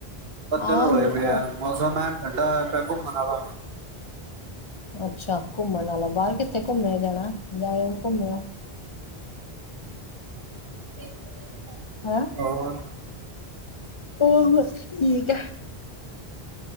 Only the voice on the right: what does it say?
ਬੱਦਲ
ਹੋਏ ਪਏ ਆ ਮੌਸਮ ਐਣ? ਠੰਡਾ ਹੋਇਆ ਪਿਆ ਘੁੰਮਣ ਆਲਾ।
<inaudible>
ਹੋਰ